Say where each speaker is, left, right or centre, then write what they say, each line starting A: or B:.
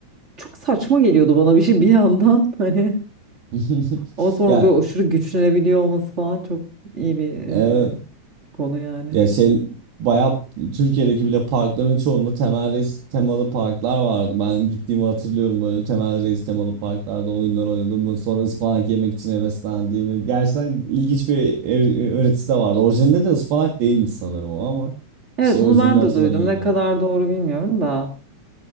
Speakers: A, on the right; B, on the right.
A: çok saçma geliyordu bana bir şey bir yandan <laughs> hani.
B: <laughs>
A: Ama sonra
B: Ya
A: böyle aşırı güçlenebiliyor olması falan çok iyi bir e,
B: evet.
A: konu yani.
B: Ya şey bayağı Türkiye'deki bile parkların çoğunda temel reis temalı parklar vardı. Ben gittiğimi hatırlıyorum böyle temel reis temalı parklarda oyunlar oynadım. Sonra ıspanak yemek için heveslendiğimi. Gerçekten ilginç bir er- e, öğretisi de vardı. Orijinalinde de ıspanak değilmiş sanırım o ama.
A: Evet
B: işte orijinalini
A: onu ben
B: hatırlamıyorum
A: de duydum. Ne kadar
B: ben.
A: doğru bilmiyorum da